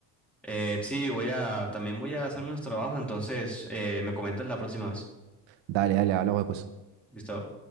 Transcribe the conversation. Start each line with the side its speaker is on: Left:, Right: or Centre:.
Centre: Eh, sí, voy a, también voy a hacerme unos trabajos, entonces eh, me comentas la próxima vez.
Right: Dale, dale, hablamos después.
Centre: ¿Listo?